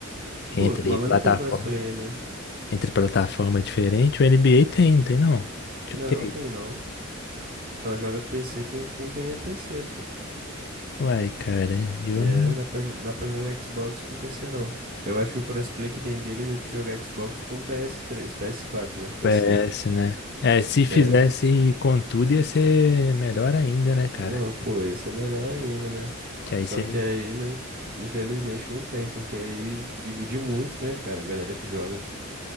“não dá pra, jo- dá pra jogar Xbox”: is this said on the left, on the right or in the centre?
Right